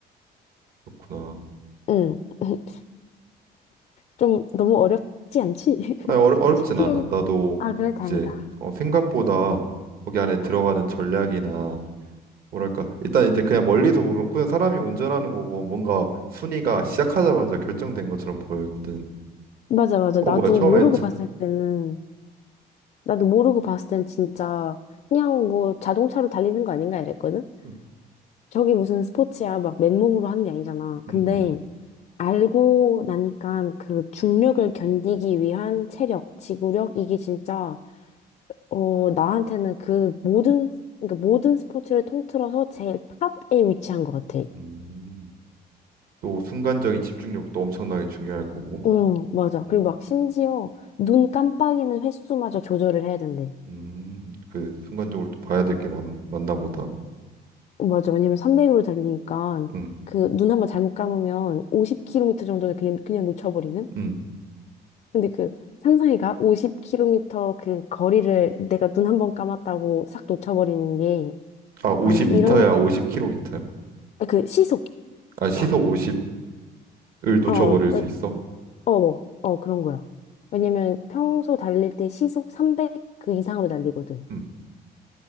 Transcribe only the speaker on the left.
응. <laughs> 좀 너무 어렵지 않지? <laughs>
쉽게.
아, 그래, 다행이다.
맞아, 맞아.
나도
모르고
봤을 때는, 나도 모르고 봤을 땐 진짜 그냥 뭐 자동차로 달리는 거 아닌가 이랬거든?
저게 무슨 스포츠야, 막 맨몸으로 하는 게 아니잖아. 근데
알고 나니까 그 중력을 견디기 위한 체력, 지구력, 이게 진짜, 어, 나한테는 그 모든, 그러니까 모든 스포츠를 통틀어서 제일 탑에 위치한 것 같아.
어, 맞아. 그리고
막 심지어 눈 깜빡이는 횟수마저 조절을 해야 된대.
맞아. 왜냐면 300으로 달리니까
그 눈 한번 잘못 감으면 50km 정도를 그냥, 그냥 놓쳐버리는?
근데 그 상상해가 50km 그 거리를 내가 눈 한번 감았다고 싹 놓쳐버리는 게
한 이런 거,
아, 그 시속.
어, 왜-
어, 뭐, 어, 그런 거야. 왜냐면 평소 달릴 때 시속 300 그 이상으로 달리거든.